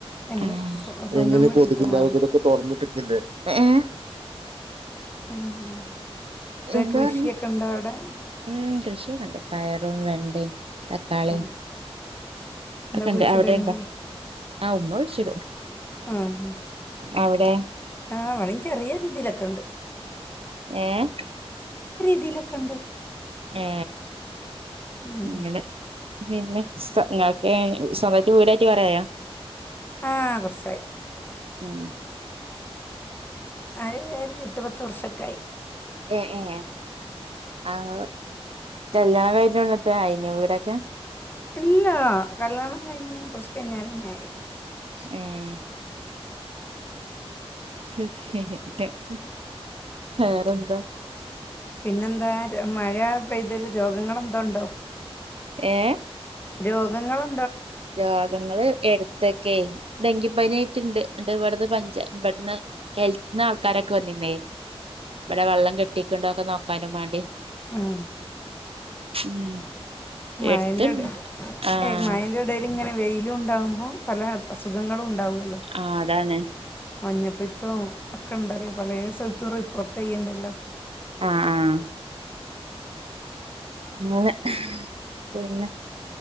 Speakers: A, on the left (about 20°); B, on the right (about 65°).
A: ഞങ്ങള്
B: ഏഹ്
A: സ്വ സ്വന്തം
B: എങ്ങനെ
A: വീടെടുത്ത്
B: കൊതുകില്ലാതിരിക്ക
A: മാറി
B: ഇതൊക്കെ തോറന്നിട്ടിക്കില്ലേ ഏഹ്
A: ഉം ഉം
B: എന്താ
A: കൃഷിയൊക്കെ
B: പറഞ്ഞ
A: ഉണ്ടോ അവിടെ
B: ഉം കി കൃഷിക്കെണ്ട് പയറും വെണ്ടയും. തക്കാളീം
A: ഉം എന്താ
B: ഒക്കെണ്ട്
A: കുഴിച്ചിടലുണ്ടോ
B: അവിടെുണ്ടോ ആ ഉമ്മ കു കുഴിച്ചിടും.
A: ആഹ്
B: അവിടെ
A: ആ ഇവിടിം ചെറിയ രീതിയിലൊക്കെ ഉണ്ട്
B: ഏഹ്
A: എതിലൊക്കെ ഉണ്ട്
B: ഏ
A: ഉം
B: ഇങ്ങനെ പിന്നെ സൊ ങ്ങൾക്ക് സൊ വീടായിട്ട് കൊറേയായോ?
A: ആ കുറച്ചായി
B: ഉം
A: അത് എട്ടു പത്ത് വർഷക്കായി
B: ഏ ഏ ആഹ് കല്യാണം കഴിച്ച ഉടനെ തന്നെ അയിനൊ വീടൊക്കെ
A: ഇല്ല കല്യാണം കഴിഞ്ഞ കുറച്ച് കഴിഞ്ഞരെന്നെ ആയത്
B: ഏഹ് <unintelligible> വേറെന്താ
A: പിന്നെന്താ രോ മഴ പെയ്തല് രോഗങ്ങെന്തോ ഉണ്ടോ
B: ഏഹ്
A: രോഗങ്ങളും
B: രോഗങ്ങള് എടുത്തക്കെ ഡെങ്കിപ്പനി ആയിട്ടുണ്ട് എ ഇവിടുന്ന് പഞ്ച ഇവിടുന്ന് ഹെൽത്തിന്ന് ആൾക്കാരൊക്കെ വന്നിന്നേ ഇവിടെ വെള്ളം കെട്ടിക്കുണ്ടോ ഒക്കെ നോക്കാനും വേണ്ടി
A: ആഹ്
B: ഉം
A: മയന്റെ
B: എടുത്തുണ്ട്
A: ഇട
B: ആഹ്
A: ഏ മയന്റെ ഇടൽ ഇങ്ങനെ വെയിലും ഉണ്ടാവുമ്പോ പല അസുഖങ്ങളും ഉണ്ടാവല്ലോ
B: ആഹ് അതാണ്
A: മഞ്ഞപ്പി തോം ഒക്കെ ഉണ്ടല്ലോ പല സ്ഥലത്തും റിപ്പോർട്ട് ചെയ്യ്ണ്ടല്ലോ
B: ആഹ് ആഹ് അങ്ങനെ പിന്നെ